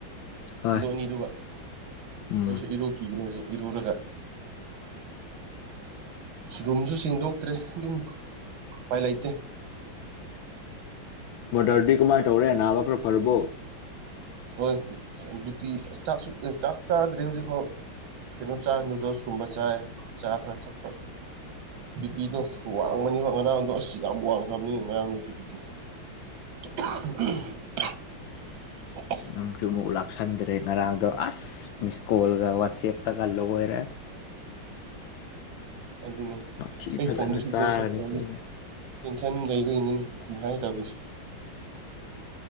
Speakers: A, on the left; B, on the right.
A: ꯍꯣꯏ
B: ꯑꯗꯨ ꯑꯅꯤꯗꯨꯒ
A: ꯎꯝ
B: ꯑꯩꯁꯨ ꯏꯔꯨꯈꯤꯒꯅꯤ ꯍꯧꯖꯤꯛ ꯏꯔꯨꯔꯒ ꯔꯨꯝꯁꯨ ꯁꯦꯡꯗꯣꯛꯇ꯭ꯔꯦ ꯑꯗꯨꯝ ꯎꯄꯥꯏ ꯂꯩꯇꯦ
A: ꯃꯥꯗꯔꯗꯤ ꯀꯃꯥꯏ ꯇꯧꯔꯦ ꯅꯥꯕ ꯈꯔ ꯐꯔꯕꯣ
B: ꯍꯣꯏ ꯕꯤꯄꯤ ꯆꯥꯛꯁꯨ ꯆꯥꯛ ꯆꯥꯗ꯭ꯔꯤ ꯍꯧꯖꯤꯛꯐꯥꯎ ꯀꯩꯅꯣ ꯆꯥ ꯅꯨꯗꯜꯁꯀꯨꯝꯕ ꯆꯥꯏ ꯆꯥ ꯈꯔ ꯊꯛꯄ ꯕꯤꯄꯤꯗꯣ ꯋꯥꯡꯕꯅꯤꯕ ꯉꯔꯥꯡꯗꯣ ꯑꯁ ꯌꯥꯝ ꯋꯥꯡꯈ꯭ꯔꯕꯅꯤ ꯉꯔꯥꯡꯗꯨꯗꯤ ꯕꯤꯄꯤ ꯑꯍ ꯎꯨꯝ ꯑꯥ <inaudible>
A: ꯅꯪꯁꯨ ꯑꯃꯨꯛ ꯂꯥꯛꯁꯤꯟꯗ꯭ꯔꯦ ꯉꯔꯥꯡꯗꯣ ꯑꯁ ꯃꯤꯁ ꯀꯣꯜꯒ ꯋꯥꯆꯦꯞꯇꯒ ꯂꯣꯏꯔꯦ
B: ꯑꯗꯨꯅꯦ
A: ꯃꯊꯤ
B: ꯑꯩ
A: ꯐꯖꯅ
B: ꯐꯣꯟꯗ ꯁꯨꯏꯠꯁ
A: ꯆꯥꯔꯅꯤ
B: ꯑꯣꯐ ꯆꯠꯈ꯭ꯔꯕꯅꯦ
A: ꯁꯤꯅ
B: ꯇꯦꯟꯁꯟ ꯂꯩꯕꯩꯅꯤꯅꯦ ꯕꯤꯄꯤ ꯍꯥꯏ ꯇꯧꯔꯤꯁꯦ